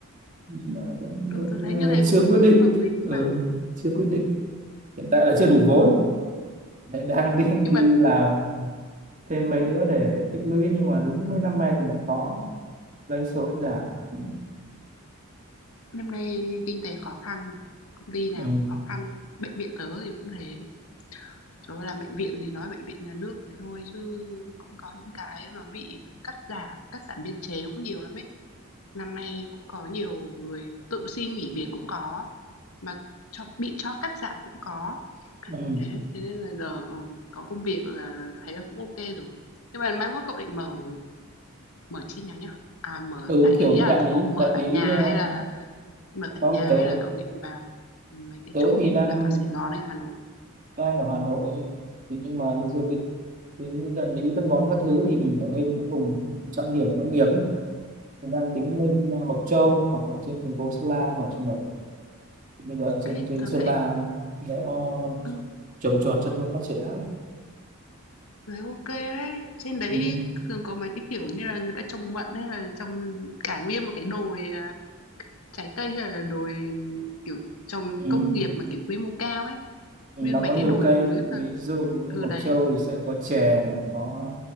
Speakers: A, on the right; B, on the left.
A: Nhưng mà cũng,
B: Ừ,
A: cũng
B: tớ thấy như
A: ờ,
B: thế
A: chưa
B: cũng
A: quyết định
B: hợp lý mà.
A: ừ, chưa quyết định hiện tại là chưa đủ vốn Đấy, đang <laughs> đi
B: Nhưng
A: đi
B: mà
A: làm thêm mấy nữa để tích lũy nhưng mà đúng mấy năm nay thì lại khó doanh số giảm ừ.
B: năm nay kinh tế khó khăn mà, công ty nào
A: Ừ.
B: cũng khó khăn, bệnh viện tớ thì cũng thế. Trời làm bệnh viện thì nói bệnh viện nhà nước thế thôi chứ cũng có những cái nó bị cắt giảm, cắt giảm biên chế cũng nhiều lắm ấy. Năm nay cũng có nhiều người tự xin nghỉ việc cũng có, mà cho bị cho cắt giảm cũng có.
A: Ừ.
B: Thế thế nên là giờ ừ, có công việc là thấy là cũng ok rồi. Nhưng mà mai mốt cậu định mở mở chi nhánh à? À mở
A: ừ
B: đại
A: kiểu
B: lý
A: như
B: à
A: đại
B: là
A: lý
B: cậu mở
A: đại
B: tại
A: lý
B: nhà
A: ờ,
B: hay là mở tại
A: không
B: nhà
A: tớ
B: hay là cậu định vào mấy cái
A: tớ
B: chỗ
A: thì
B: kiểu
A: đang
B: như là vào Sài Gòn hay Hà Nội?
A: đang ở Hà Nội thì nhưng mà bây giờ cái cái địa lý phân bón các thứ thì mình phải lên những vùng trọng điểm của nông nghiệp ấy. Mình đang tính lên à, Mộc Châu hoặc là trên thành phố Sơn La mở trong đấy bây giờ trên
B: Ấy,
A: trên
B: tôi
A: Sơn
B: thấy
A: La để ờ,
B: ừ,
A: trồng trọt chăn nuôi phát triển lắm
B: Đấy, OK đấy. Trên đấy
A: ừ.
B: thường có mấy cái, kiểu như là, người ta trồng mận hay là trồng cả nguyên một cái đồi, à, trái cây hay là đồi, kiểu, trồng
A: Ừ.
B: công nghiệp mà, kiểu, quy mô cao ấy,
A: Ừ.
B: nguyên
A: nó
B: mấy
A: có
B: cái
A: nhiều
B: đồi
A: cây
B: núi và
A: ví dụ như
B: từ
A: Mộc
B: đấy,
A: Châu thì sẽ có chè này có